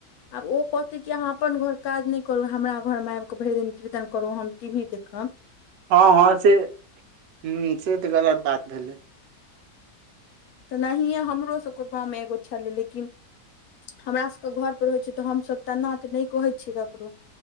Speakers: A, on the left; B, on the right.
A: आब ओ कहते की अहाँ अपन घर काज नहि कर हमरा घरमे आब के भरि दिन कीर्तन करु हम टी वी देख। हैं।
B: हँ ह से ह से तऽ गलत बात भेलै।
A: तनाहिए हमरो सभके गावमे एगो छलै लेकिन हमरा सभके घर परर होइ छै तऽ हमसभ तेना त नहि कहै छियै ककरो।